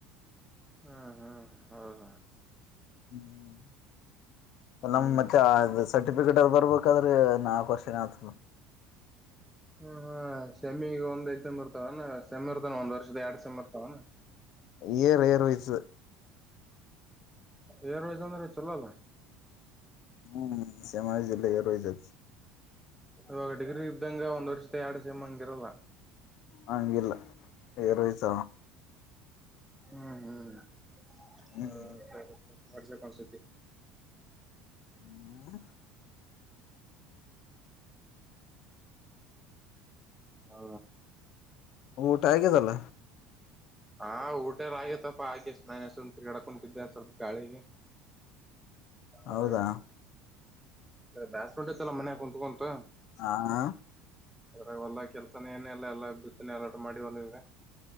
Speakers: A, in the centre; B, on the left.
A: ಹ್ಮ್ ಹ್ಮ್ ಹೌದ
B: ಹ್ಮ್
A: ಹ್ಮ್
B: ನಮ್ ಮತ್ತೆ ಸರ್ಟಿಫಿಕೇಟ್ ಅದ ಬರ್ಬೇಕಾದ್ರೆ ನಾಕವನ್ ಆತ
A: ಹ್ಮ ಹಾ ಹಾ ಸಮ್ಮಿಗ ಒಂದ ಎಕ್ಸಾಮ್ ಇರ್ತವ ಸೆಮ್ಮಿ ಇರ್ತಾನ ಒಂದ್ ವರ್ದ ಎರಡು ಸೆಇರ್ತವ
B: ಏ ರೇರ್ ವಯಸ
A: ಎರ ವಸ್ ಅಂದ್ರೆ ಚಲೋಲ್ಲ
B: ಹ್ಮ್ ಶ್ಯಾಮಾರ ಜಿಲ್ಲಗೆರ ಜಾಗ
A: ಒ ಡಿಗ್ರಿ ಇದ್ದಂಗಗೆ ಒಂದ್ ವರ್ಷದ ಎಡು ಸಮ ಹಂಗಿರಲ್ಲ
B: ಆಂಗಿಲ್ಲ ಏರಸ
A: ಹ್ಮ್ ಹ್ಮ್
B: ಹ್ಮ್.
A: ಹ ಸರಿ ಅವರ್ಸ ಕ ಸತ್ಯ
B: ಹ
A: ಹ
B: ಊಟಾಯಗ ತಲ್ಲ
A: ಹಾ ಊಟಾರ ಆಗತ್ತಪ್ಪ ಹಾಗಗೆ ನಾನು ತಿರ್ಗಡೆ ಕುಂತಿದ್ದೆ ಸ್ವಲ್ಪ ಗಾಳಿಗೆ
B: ಹೌದಾ
A: ಅರ ಬ್ಯಾಸ್ಫ್ರಂಟತಲ್ಲ ಮನೆಯ ಕುಂತ್ಕಂತು
B: ಹಾ ಹಾ
A: ಅದ್ರಾಗ ಒಲ್ಲ ಕೆಲ್ಸನ ಏನ ಎಲ್ಲ ಎಲ್ಲಾಭ್ಯತಿನ ಅಲಾಟ ಮಾಡಿ ಒಲದೆ